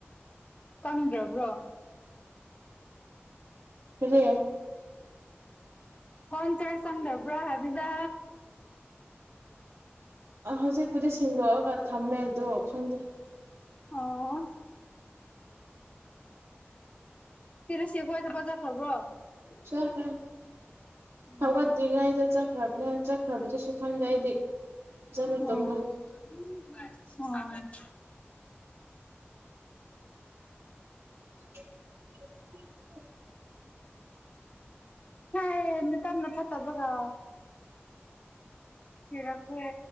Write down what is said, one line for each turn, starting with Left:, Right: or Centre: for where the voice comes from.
Left: ꯀꯪꯗ꯭ꯔꯕ꯭ꯔꯣ
Right: ꯔꯦ
Left: ꯀꯣꯟꯖꯦ ꯆꯪꯈꯕ꯭ꯔ ꯍꯥꯏꯅꯤꯗ
Right: ꯑ ꯍꯧꯖꯤꯛꯄꯨꯗꯤ ꯁꯦꯡꯗꯣꯛꯑꯒ ꯊꯝꯃꯦꯗꯣ ꯈꯪꯗꯦ
Left: ꯑꯣ
Right: <inaudible>
Left: ꯇꯤꯔꯁꯤ ꯈꯣꯏꯗꯣ ꯕꯖ ꯈ꯭ꯔꯕꯣ
Right: ꯆꯠꯈ꯭ꯔꯦ
Left: ꯑꯣ
Right: ꯍꯧꯒꯠꯇ꯭ꯔꯤ ꯉꯩꯗ ꯆꯠ ꯈ꯭ꯔꯕꯅꯦ ꯆꯠꯈ꯭ꯔꯕꯗꯨꯁꯨ ꯈꯪꯗꯦ ꯑꯩꯗꯤ ꯐꯖꯅ
Left: ꯎꯝ
Right: ꯇꯨꯝꯕꯒꯤ
Left: <inaudible> ꯎꯝ
Right: <inaudible>
Left: ꯍꯥꯏ ꯃꯇꯝꯅ ꯐꯠꯇꯕꯒ ꯊꯤꯔꯛꯈ꯭ꯔꯦ